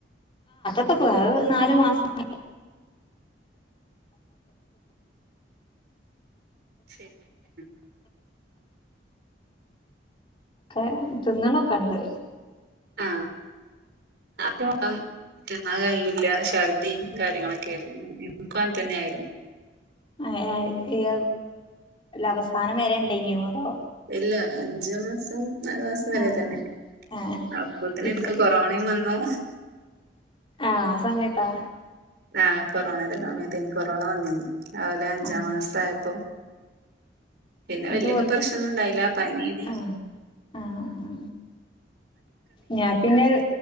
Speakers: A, on the left; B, on the right.
A: <unintelligible> നാല് മാസം <inaudible>
B: ശെര്യന്നെ
A: ക്കെ തിന്നണൊക്കെണ്ട്
B: ആ തിന്നാൻ കയ്യൂല ഛർദിം കാര്യങ്ങളൊക്കെ <unintelligible> ഇൻക്കും അങ്ങൻതെന്നെയായിരുന്നു.
A: <unintelligible> ല്ല അവസാനം വരെ ഇണ്ടയിനോ അതോ
B: ഇല്ല അഞ്ച് മാസം നാല് മാസം വരെ
A: ആഹ്
B: തെന്നെ
A: ആഹ്
B: അപ്പത്തിന്
A: ഇപ്പൊ
B: ഇൻക്ക് കൊറോണിം വന്നു.
A: ആഹ് ആ സമയത്താ.
B: ആഹ് കൊറോണന്റെ സമയതെയ്നിം കൊറോണ വന്നിനി ഓലെ അഞ്ചാം
A: ആഹ്
B: മാസ ആയപ്പൊ പിന്നെ
A: എന്നിട്ട്
B: വല്യൊക്കെ
A: ഓൽക്ക്
B: പ്രശ്നൊന്നും ഇണ്ടായില്ല പനീയെയ്നിം
A: ആഹ് ആഹ് ഞാൻ പിന്നെ